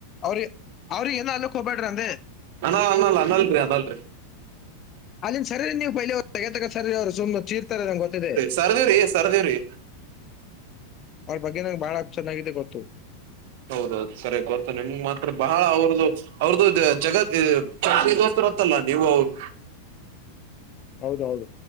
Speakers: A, on the left (about 30°); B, on the right (about 50°).
A: ಅವ್ರಿಗ ಅವ್ರಿಗ ಏನೋ ಅನಲಕ್ ಹೋಗಬ್ಯಾಡ್ರಿ ಅಂದೆ.
B: ಅಣ್ಣಾ ಅನ್ನಲ್ಲ ಅನ್ನಲ್ರಿ ಅನಲ್ರೀ.
A: ಅಲ್ಲಿಂದ ಸರೀ ನೀವು ಪೈಲೆ ಅವ ತಗತಗ ಸರರಿ ಅವರು ಸುಮ್ ಚೀರ್ತಾರೆ ನನಗೆ ಗೊತ್ತಿದೆ.
B: ಸರ್ದೀವ್ರಿ ಸರ್ದೀವ್ರಿ.
A: ಅವ್ರ ಬಗ್ಗೆ ನಂಗೆ ಬಾಳ ಚೆನ್ನಾಗಿದೆ ಗೊತ್ತು.
B: ಹೌದೌದು ಸರಿ ಗೊತ್ತು ನಿಮ್ ಮಾತ್ರ ಬಹಳ ಅವ್ರದ್ದು. ಅವ್ರದ್ದು ಜಗತ್ ಚಡ್ಡಿ ದೋಸ್ತರ ಅತ್ತಲ್ಲ ನೀವು ಅವರು.
A: ಹೌದ ಹೌದು